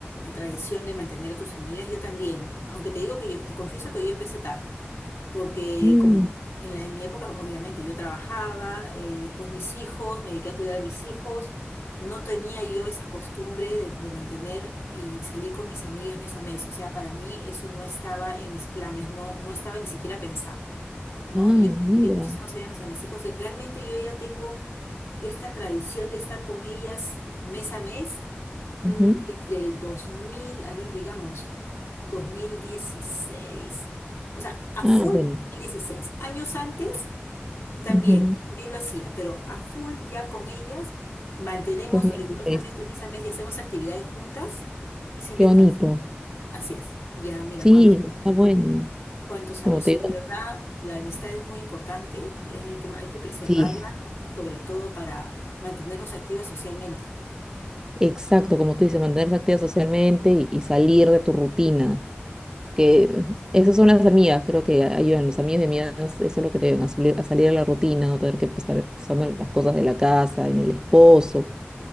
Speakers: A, on the left; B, on the right.
A: tradición de mantener a tus amigas. Yo también, aunque te digo que yo, te confieso que yo empecé tarde, porque
B: Mm,
A: como en la, en mi época, obviamente, yo trabajaba, eh, después mis hijos, me dediqué a cuidar a mis hijos, no tenía yo esa costumbre de, de mantener y salir con mis amigas mes a mes. O sea, para mí eso no estaba en mis planes, no, no estaba ni siquiera pensado, ¿no?
B: ah,
A: Yo
B: mira.
A: dediqué muchísimos años a mis hijos, realmente yo ya tengo esta tradición de estar con ellas mes a mes mm,
B: Ujú.
A: desde el 2000 a ver, digamos, dos mil dieciséis o sea, a
B: Ah,
A: full
B: bueno.
A: dos mil dieciséis Años antes también,
B: Ujú.
A: también lo hacía, pero a full ya con ellas mantenemos
B: 2016.
A: rigurosamente mes a mes y hacemos actividades juntas sin
B: Qué
A: descansar.
B: bonito.
A: Así es. Ya, mira,
B: Sí,
A: cuántos,
B: está bueno.
A: cuántos
B: Como
A: años.
B: te
A: Y
B: digo.
A: de verdad, la amistad es muy importante, eh, que hay que preservarla,
B: Sí,
A: sobre todo para mantenernos activas socialmente.
B: Exacto, como tú dices, mantenerse activa socialmente y, y salir de tu rutina. Porque esas son las amigas, creo que ayudan. Los amigos y amigas, eso es lo que te ayudan a, salir a salir de la rutina, no tener que estar pensando en las cosas de la casa, en el esposo